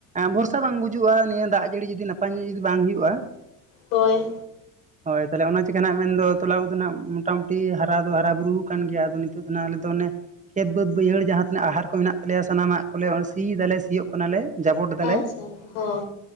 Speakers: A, on the right; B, on the left.
A: ᱵᱷᱚᱨᱥᱟ ᱵᱟᱝ ᱵᱩᱡᱩᱜ-ᱟ ᱱᱤᱭᱟᱹ ᱫᱟᱜ ᱡᱟᱹᱲᱤ ᱡᱩᱫᱤ ᱱᱟᱯᱟᱭ ᱧᱚᱜ ᱡᱩᱫᱤ ᱵᱟᱝ ᱦᱩᱭᱩᱜ-ᱟ ᱾
B: ᱦᱳᱭ,
A: ᱦᱳᱭ ᱛᱟᱦᱞᱮ ᱚᱱᱟ ᱪᱤᱠᱟ ᱱᱦᱟᱸᱜ ᱢᱮᱱᱫᱚ ᱛᱚᱞᱟ ᱠᱚᱫᱚ ᱱᱦᱟᱸᱜ ᱢᱚᱴᱟᱢᱩᱴᱤ ᱦᱟᱨᱟ ᱫᱚ ᱦᱟᱨᱟ ᱵᱩᱨᱩᱣ ᱠᱟᱱ ᱜᱮᱭᱟ ᱟᱫᱚ ᱱᱤᱛᱚᱜ ᱫᱚ ᱱᱦᱟᱸᱜ ᱾ ᱛᱚ ᱚᱱᱮ ᱠᱷᱮᱛ ᱵᱟᱹᱫᱽ ᱵᱟᱹᱭᱦᱟᱹᱲ ᱡᱟᱦᱟᱸ ᱛᱤᱱᱟᱹᱜ ᱟᱦᱟᱨ ᱠᱚ ᱢᱮᱱᱟᱜ ᱛᱟᱞᱮᱭᱟ ᱥᱟᱱᱟᱢᱟᱜ ᱠᱚᱞᱮ ᱥᱤᱭ ᱫᱟᱞᱮ ᱥᱤᱭᱚᱜ ᱠᱚ ᱱᱟᱞᱮ ᱡᱟᱵᱚᱴ ᱫᱟᱞᱮ
B: ᱟᱪᱪᱷᱟ ᱦᱚᱸ